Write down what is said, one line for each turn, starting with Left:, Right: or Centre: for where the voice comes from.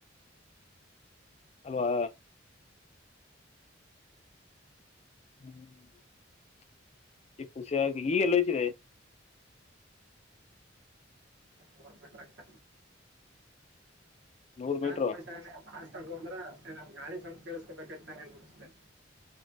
Left: ಅಲ್ವಾ. ಹ್ಮ್. ಈಗ್ ಕುಸಿಯಾಗ್ ಈಗೆಲ್ ಹೊಯ್ತಿದ್ದೆ.
Right: ಗೋರ್ಮೆಂಟ್ ರೈತ
Left: ನೂರ್
Right: ನಿಧಾನಕ್
Left: ಮೀಟ್ರು
Right: ಹೋಯ್ತಾವ್ನಿ. ಫಷ್ಟಗ್ ಹೋದ್ರ ಅಷ್ಟೇ ನಮ್ ಗಾಡಿ ಸೌಂಡ್ ಕೇಳ್ಸ್ಕೊಬೇಕ್ ಆಯ್ತಾ ನೀನು ಅಷ್ಟೇ.